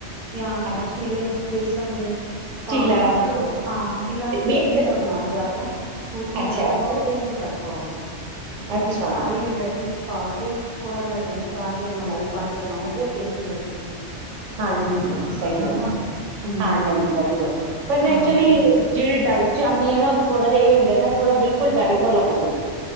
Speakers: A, on the right; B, on the right.
A: ਜਾਂ
B: ਅੱਛਾ
A: ਇਹ ਚਿਲੇ ਬੇਸਨ ਦੇ ਅਹ
B: ਚਿੱਲਾ ਹਾਂ
A: ਥੋੜਾ ਹਾਂ ਚਿਲਾ ਸੂਜੀ
B: ਬੇਸਟ
A: ਦਾ ਬਣਾਓ ਜ਼ਿਆਦਾ ਸੂਜੀ
B: ਅੱਛਾ
A: ਜ਼ਿਆਦਾ ਪਾਓ ਬੇਸਨ ਘੱਟ ਹਾਂ,
B: ਅੱਛਾ
A: ਵਿੱਚ ਸਾਰੇ ਵੈਜ ਪਾ ਕੇ ਥੋੜਾ ਜਿਹਾ ਦਹੀਂ ਪਾ ਕੇ। ਕਿ ਮਲਾਈ ਪਾ ਕੇ ਬਣਾਓ ਬਹੁਤ ਟੇਸਟੀ ਬਿਨਦੇ ਨੇ,
B: ਹਾਂਜੀ ਸਹੀ
A: ਹਨਾ
B: ਹੈ
A: ਹਮ
B: ਹਾਂ ਨਹੀਂ ਵਧੀਆ, ਪਰ
A: ਹਾਂ
B: ਐਕਚੁਲੀ ਜ ਡਾਇਟ ਆਦੀ ਹੈ ਨਾ ਉਹ ਥੋੜਾ ਜਿਹਾ ਇਹ ਹੁੰਦਾ ਨਾ ਥੋੜ ਬਿਲਕੁਲ ਡਾਇਟ ਵਾਲਾ ਹੋਵੇੂਗਾ।